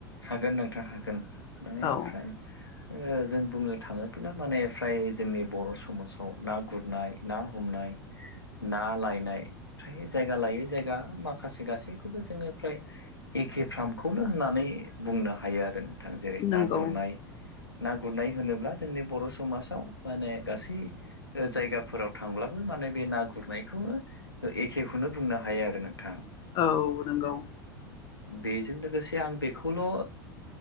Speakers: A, on the left (about 90°); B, on the left (about 40°).
A: हागोन नोंथां माने
B: औ
A: फ्राय ओ जों बुंनो थाङो माने फ्राय जोंनि बर' समाजाव ना गुरनाय ना हमनाय ना लायनाय फ्राय जायगा लायै जायगा माखासे गासैखौबो जोङो फ्राय एखे फार्मखौनो होननानै बुंनो हायो आरो नोंथां जेरै
B: नंगौ
A: ना गुरनाय ना गुरनाय होनोब्ला जोंनि बर' समाजाव माने गासै ओ जायगाफोराव थांब्लाबो माने बे ना गुरनायखौ एखेखौनो बुंनो हायो आरो नोंथा
B: औ नंगौ।
A: बेजों लोगोसे आं बेखौल' ओ